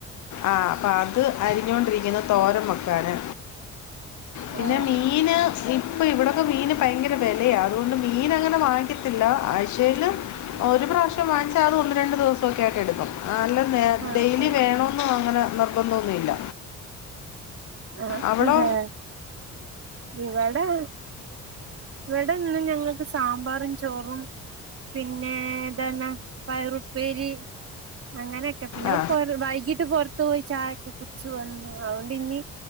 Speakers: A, on the left; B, on the right.
A: ആഹ് അപ്പൊ അത് അരിഞ്ഞോണ്ടിരിക്കുന്നു തോരാൻ വക്കാന് പിന്നെ
B: ആഹ്
A: മീന് <unintelligible> ഇപ്പൊ ഇവിടൊക്കെ മീന് ഭയങ്കര വിലയാ അതുകൊണ്ട് മീൻ അങ്ങനെ വാങ്ങിക്കത്തില്ല ആഴ്ചയില് ഒരു പ്രാവശ്യം വാങ്ങിച്ചാ അത് ഒന്ന് രണ്ടു ദിവസൊക്കെ ആയിട്ട് എടുക്കും ആഹ് അല്ല
B: ആഹ്
A: ഡെയിലി
B: ആഹ്
A: വേണന്നും അങ്ങനെ നിർബന്ധോന്നുമില്ല
B: ആഹ്
A: അവടെ
B: അതെ ഇവിടെ ഇവിടെ ഇന്ന് ഞങ്ങക്ക് സാമ്പാറും ചോറും പിന്നെ ഇതന്ന പയറുപ്പേരി അങ്ങനെ ക്കെ പിന്നെ
A: ആ
B: വൈകീട്ട് പുറത്തു പോയി ചായൊക്കെ കുടിച്ച് വന്നു അതൊണ്ട് ഇനി